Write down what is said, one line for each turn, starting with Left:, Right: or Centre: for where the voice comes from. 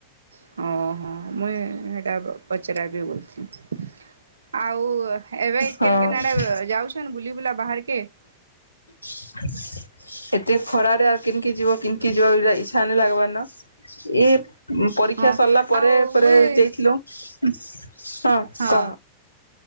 Right: <unintelligible> <unintelligible>
Left: ହଁ <unintelligible> ଏଇ ପରୀକ୍ଷା
Right: ହଁ
Left: ସରିଲା ପରେ
Right: ଆଉ
Left: ପରେ
Right: ମୁଇଁ
Left: ଦେଇଥିଲୁ। ହଁ
Right: ହଁ
Left: କହ?